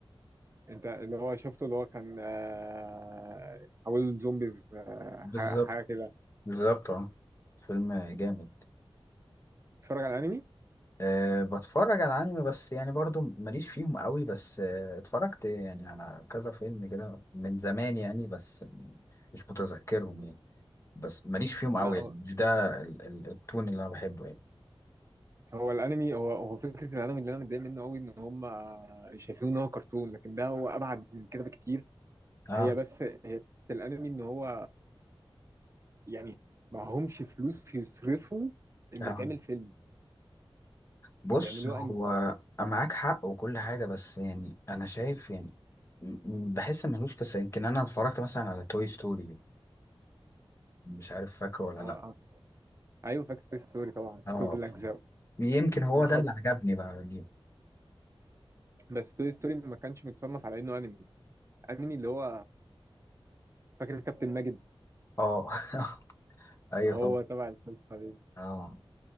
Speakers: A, on the right; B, on the left.
A: انت اللي هو شفته اللي هو كان آه، حول زومبيز آه،
B: بالظبط
A: ح- حاجه كده
B: بالظبط اه فيلم جامد
A: بتتفرج على انمي
B: أه بتفرج على أنمي بس يعني برضو ماليش فيهم قوي بس أه اتفرجت يعني على كذا فيلم كده من زمان يعني بس مش متذكرهم يعني بس ماليش فيهم
A: لا
B: قوي يعني مش ده ال- ال- التون اللي أنا بحبه يعني
A: هو الانمي هو هو فكره الانمي اللي انا متضايق منه قوي ان هم شايفينه ان هو كرتون لكن ده هو ابعد من كده بكتير
B: اه
A: هي بس هي فكرة الانمي ان هو يعني معهمش فلوس يصرفوا ان
B: اه
A: يتعمل فيلم
B: بص
A: فبيعملوه
B: هو
A: انمي
B: معاك حق وكل حاجة بس يعني أنا شايف يعني م- م- بحس إن ملوش قصة يمكن أنا اتفرجت مثلا على توي ستوري مش عارف فاكره ولا
A: هو
B: لأ
A: ايوه فاكر توي ستوري طبعا
B: اه
A: كل اجزائه
B: يمكن هو
A: انا
B: ده
A: حافظ
B: اللي عجبني بقى ليه
A: بس توي ستوري ما كانش متصنف على انه انمي انمي اللي هو فاكر كابتن ماجد
B: اه <laughs> أيوه
A: هو
B: طبعا
A: تبع القصه دي
B: اه